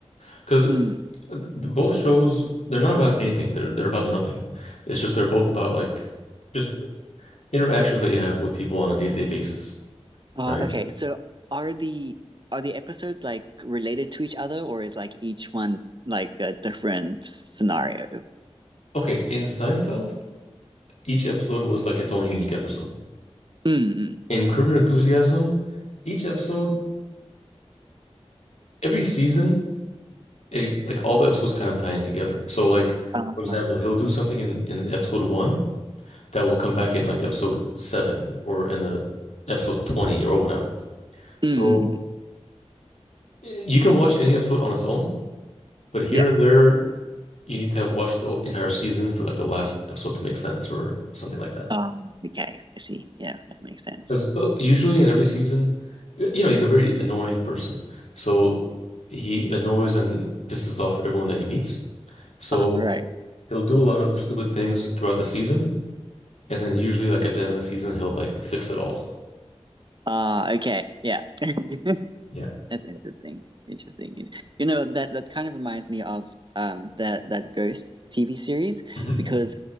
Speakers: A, on the left; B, on the right.
A: because
B: Mm.
A: th- both shows they're not about anything. They're they're about nothing. It's just they're both about like just interactions that you have with people on a day-to-day basis,
B: Uh,
A: right?
B: okay, so are the are the episodes like related to each other, or is like each one like a different scenario?
A: Okay, in Seinfeld, each episode was like its own unique episode.
B: Mm-mm.
A: In Curb Your Enthusiasm, each episode, every season, it, like all the episodes kind of tie in together. So like
B: Um,
A: for example, he'll do something in in episode one that will come back in like episode seven or in the episode 20 or whatever. So
B: mm-mm.
A: eh, you can watch any episode on its own. But here
B: Yeah.
A: and there, you need to have watched the entire season for like the last episode to make sense or something like that.
B: Um, okay, I see. Yeah, that makes sense.
A: Because usually in every season, y- you know, he's a very annoying person. So he annoys and pisses off everyone that he meets. So
B: All right.
A: he'll do a lot of stupid things throughout the season. And then usually like at the end of the season, he'll like fix it all.
B: Uh, okay. Yeah. <laughs> That's
A: Yeah.
B: interesting. Interesting. You know, that that kind of reminds me of um that that Ghosts TV series
A: hmm
B: because